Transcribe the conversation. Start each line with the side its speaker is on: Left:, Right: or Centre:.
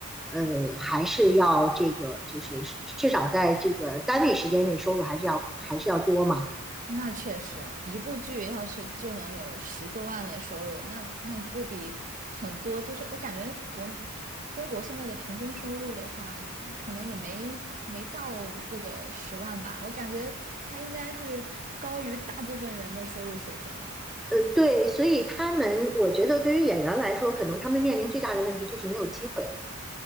Centre: 呃，还是要这个，就是至少在这个单位时间内收入还是要还是要多嘛。
Right: 那确实，一部剧要是就能有十多万的收入，那那不比很多？就是我感觉国中国现在的平均收入的话，可能也没没到这个十万吧。我感觉它应该是高于大部分人的收入水平了。
Centre: 呃，对，所以他们，我觉得对于演员来说，可能他们面临最大的问题就是没有机会。